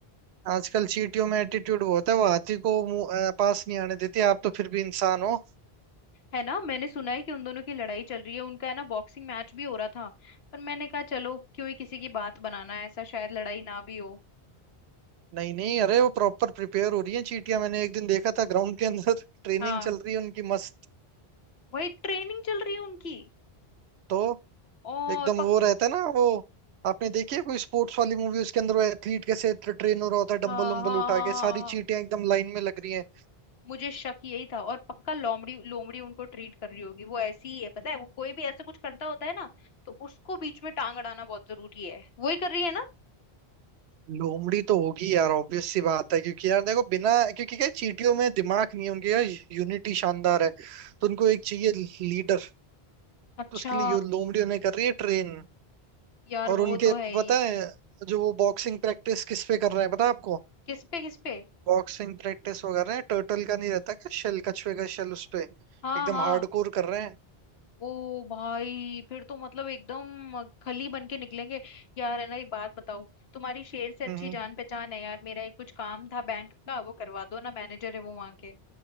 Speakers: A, on the right (about 90°); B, on the left (about 75°).
A: आजकल चींटियों में एटीट्यूड बहुत है वो हाथी को मुंह- अ, पास नहीं आने देती आप तो फिर भी इंसान हो
B: है ना मैंने सुना है कि उन दोनों की लड़ाई चल रही है उनका है ना बॉक्सिंग मैच भी हो रहा था पर मैंने कहा चलो क्यों ही किसी की बात बनाना है ऐसा शायद लड़ाई ना भी हो
A: नहीं नहीं अरे वो प्रॉपर प्रिपेयर हो रही है चींटियां मैंने एक दिन देखा था ग्राउंड के अंदर <laughs> ट्रेनिंग
B: हाँ
A: चल रही है उनकी मस्त
B: वही ट्रेनिंग चल रही है उनकी
A: तो
B: और
A: एकदम
B: पक
A: वो रहता है ना वो आपने देखी है कोई स्पोर्ट्स वाली मूवी उसके अंदर वो एथलीट कैसे ट्रेन हो रहा होता है डंबल
B: हाँ
A: उम्बल
B: हाँ
A: उठा
B: हाँ हाँ
A: के सारी
B: हाँ
A: चींटियां एकदम लाइन में लग रही हैं
B: मुझे शक यही था और पक्का लोमड़ी लोमड़ी उनको ट्रीट कर रही होगी वो ऐसी ही है पता है वो कोई भी ऐसे कुछ करता होता है ना तो उसको बीच में टांग अड़ाना बहुत जरूरी है वही कर रही है ना
A: लोमड़ी तो होगी यार ऑब्वियस सी बात है क्योंकि यार देखो बिना क्योंकि क्या है, चींटियों में दिमाग नहीं है उनके यार यूनिटी शानदार है तो उनको एक चाहिए लीडर
B: अच्छा
A: तो उसके लिए यो- लोमड़ी उन्हें कर रही है ट्रेन
B: यार
A: और
B: वो
A: उनके
B: तो है ही
A: पता है जो वो बॉक्सिंग प्रैक्टिस किस पे कर रहे हैं पता है आपको
B: किस पे किस पे
A: बॉक्सिंग प्रैक्टिस वो कर रहे हैं टर्टल का नहीं रहता क्या शेल कछुए का शेल उस पे
B: हाँ
A: एकदम
B: हाँ
A: हार्डकोर कर रहे हैं
B: ओ भाई फिर तो मतलब एकदम खली बन के निकलेंगे यार है ना एक बात बताओ तुम्हारी शेर से अच्छी
A: हम्म हम्म।
B: जान पहचान है यार मेरा एक कुछ काम था बैंक का वो करवा दो ना मैनेजर है वो वहां के